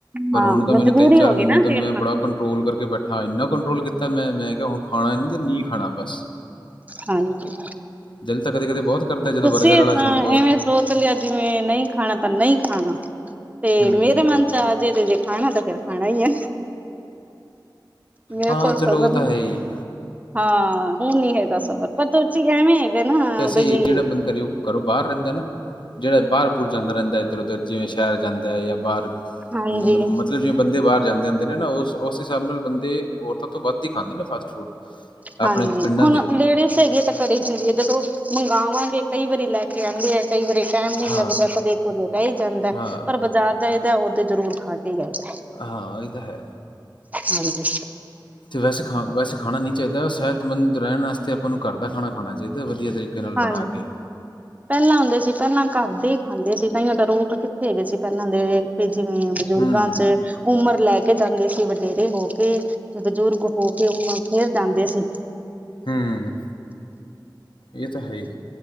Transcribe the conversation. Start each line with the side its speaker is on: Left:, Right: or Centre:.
Left: ਪਰ
Right: ਹਾਂ
Left: ਹੁਣ ਤਾਂ ਮੈਨੂੰ
Right: ਮਜਬੂਰੀ
Left: ਤਿੰਨ- ਚਾਰ
Right: ਹੋ ਗਈ
Left: ਮਹੀਨੇ
Right: ਨਾ
Left: ਤੋਂ
Right: ਫੇਰ
Left: ਮੈਂ
Right: ਤਾਂ
Left: ਬੜਾ ਕੰਟਰੋਲ ਕਰਕੇ ਬੈਠਾ। ਹਾ ਇੰਨਾ ਕੰਟਰੋਲ ਕੀਤਾ ਮੈਂ, ਮੈਂ ਕਿਹਾ ਹੁਣ ਖਾਣਾ ਤੇ ਨਹੀਂ ਖਾਣਾ ਬਸ।
Right: ਹਾਂਜੀ।
Left: ਦਿਲ ਤਾਂ ਕਦੇ- ਕਦੇ ਬਹੁਤ ਕਰਦਾ ਜਦੋਂ
Right: ਤੁਸੀਂ
Left: ਬਰਗਰ ਵਾਲਾ
Right: ਤਾਂ
Left: ਉਹ
Right: ਐਵੇਂ ਸੋਚ ਲਿਆ ਜਿਵੇਂ ਨਹੀਂ ਖਾਣਾ ਤਾਂ ਨਹੀਂ ਖਾਣਾ, ਤੇ
Left: ਹੂੰ,
Right: ਮੇਰੇ ਮਨ ਚ- ਆ ਜੇ ਤੇ ਜੇ ਖਾਣਾ ਤਾਂ ਫੇਰ ਖਾਣਾ ਈ ਹੈ। ਮੇਰੇ
Left: ਹਾਂ
Right: ਕੋਲ ਸਬਰ
Left: ਚਲੋ ਉਹ ਤਾਂ
Right: ਨੀ,
Left: ਹੈ ਹੀ।
Right: ਹਾਂ ਉਹ ਨੀ ਹੈਗਾ, ਸਬਰ ਪ ਤੁਸੀ ਐਵੇਂ। ਹੈਗੇ ਨਾ
Left: ਵੈਸੇਏ
Right: ਬਈ
Left: ਜਹੜਾ ਬੰਦ ਕਰਿਓ <unintelligible> ਘਰੋ ਬਾਹਰ ਰਹਿੰਦਾ ਨਾ, ਜਿਹੜਾ ਬਾਹਰ ਬੂਰ ਜਾਂਦਾ ਰਹਿੰਦਾ ਇੱਧਰ- ਉੱਧਰ ਜਿਵੇਂ ਸ਼ਹਿਰ ਜਾਂਦਾ ਜਾਂ ਬਾਹਰ।
Right: ਹਾਂਜੀ
Left: ਮਤਲ ਮਤਲਬ ਜਿਵੇਂ ਬੰਦੇ ਬਾਹਰ ਜਾਂਦੇ ਹੁੰਦੇ ਨੇ ਨਾ ਉਸ- ਉਸ ਹਿਸਾਬ ਨਾਲ ਬੰ- ਔਰਤਾਂ ਤੋਂ ਵੱਧ ਹੀ ਖਾਂਦੇ ਨੇ ਫਾਸਟ ਫੂਡ। ਆਪਣੇ
Right: ਹਾਂਜੀ
Left: ਪਿੰਡਾਂ
Right: ਹੁਣ-
Left: ਦੇ
Right: ਲੇੜਜ਼ ਹੈਗੇ ਤਾਂ ਘਰੇ ਹੁੰਦੀ ਹੈ, ਜਦੋਂ ਮੰਗਾਵਾਂਗੇ ਕਈ ਵਾਰੀ ਲੈ ਕੇ ਆਉਂਦੇ ਹੈ ਕਈ ਵਾਰੀ- ਟਾਈਮ ਨਹੀਂ
Left: ਹਾਂ,
Right: ਲੱਗਦਾ ਕਦੇ ਕੁਦੇ ਰਹਿ ਜਾਂਦਾ
Left: ਹਾਂ,
Right: ਪਰ ਬਾਜ਼ਾਰ ਜਾਈਦਾ ਉਦੋ ਜ਼ਰੂਰ ਖਾ ਕੇ ਹੀ ਆਈਦਾ।
Left: ਹਾਂ ਇਹੀ ਤਾਂ ਹੈ,
Right: ਹਾਂਜੀ
Left: ਤੇ ਵੈਸੇ ਖਾ ਵੈਸੇ ਖਾਣਾ ਨਹੀਂ। ਜਿਦਾ ਸਿਹਤਮੰਦ ਰਹਿ ਵਾਸਤੇ ਆਪਾਂ ਨੂੰ ਘਰ ਦਾ ਖਾਣਾ ਖਾਨਾ ਚਾਹੀਦਾ ਵਧੀਆ ਤਰੀਕੇ ਨਾਲ।
Right: ਹਾਂਜੀ।
Left: ਬਣਾ ਕੇ।
Right: ਪਹਿਲਾਂ ਹੁੰਦੇ ਸੀ ਪਹਿਲਾਂ ਕਾਰਦੇ ਈ ਖਾਂਦੇ ਸੀ, ਤਾਇਓ ਰੋਗ ਕਿੱਥੇ ਹੈਗੇ ਸੀ ਪਹਿਲਾਂ ਦੇ। ਤੇ ਜਿਵੇਂ ਬਜ਼ੁਰਗਾਂ
Left: ਹੂੰ,
Right: ਚ ਉਮਰ ਲੈ ਕੇ ਜਾਂਦੇ ਸੀ, ਵਧੇਰੇ ਹੋ ਕੇ ਬਜ਼ੁਰਗ ਹੋ ਕੇ ਉਮਰ ਫੇਰ ਜਾਂਦੇ ਸੀ।
Left: ਹੂੰ-ਹੂੰ ਇਹ ਤਾਂ ਹੈ ਹੀ,